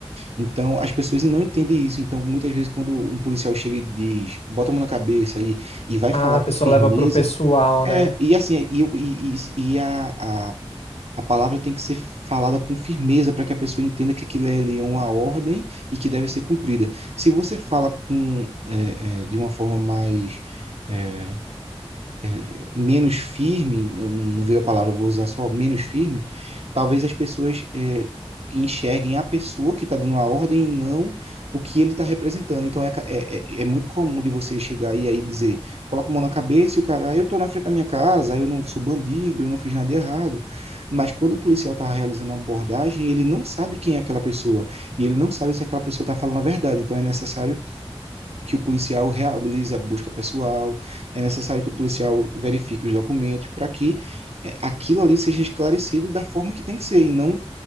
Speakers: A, on the right (about 80°); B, on the left (about 80°).
A: então, as pessoas não entendem isso. Então, muitas vezes, quando um policial chega e diz, bota a mão na cabeça e, e vai
B: Ah,
A: falar
B: a
A: com
B: pessoa
A: firmeza,
B: leva pro pessoal,
A: é,
B: né?
A: e assim, e, eu- e, e, e a, a, a palavra tem que ser falada com firmeza para que a pessoa entenda que aquilo é ali é uma ordem e que deve ser cumprida. Se você fala com, é, é, de uma forma mais. é, é, menos firme, eu não não veio a palavra, eu vou usar só menos firme, talvez as pessoas é, enxerguem a pessoa que está dando a ordem e não o que ele está representando. Então é, ca- é, é é muito comum de você chegar aí e dizer, coloca a mão na cabeça e o cara, "Ah, eu estou na frente da minha casa, eu não sou bandido, eu não fiz nada de errado. Mas quando o policial está realizando uma abordagem, ele não sabe quem é aquela pessoa e ele não sabe se aquela pessoa está falando a verdade. Então é necessário que o policial realize a busca pessoal, é necessário que o policial verifique os documentos para que eh, aquilo ali seja esclarecido da forma que tem que ser, e não